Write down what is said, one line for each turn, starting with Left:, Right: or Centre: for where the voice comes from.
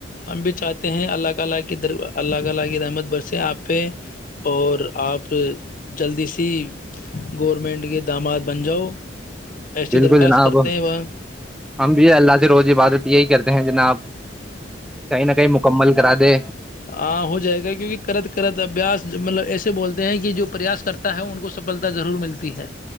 Left: ہم بھی چاہتے ہیں اللہ کاللہ کی دروار اللہ تعالی کی رحمت برسے اپ پہ اور اپ جلدی سے گورنمنٹ کے داماد بن جاؤ ایسی
Centre: بالکل
Left: درخواست
Centre: جناب
Left: کرتے ہیں وہ
Centre: ہم بھی ہے اللہ سے روز عبادت یہی کرتے ہیں جناب کہیں نہ کہیں مکمل کرا دے
Left: ہاں ہو جائے گا کیونکہ کرت کرت ابیاس مطلب ایسے بولتے ہیں کہ جو پریاس کرتا ہے ان کو سفلتا ضرور ملتی ہے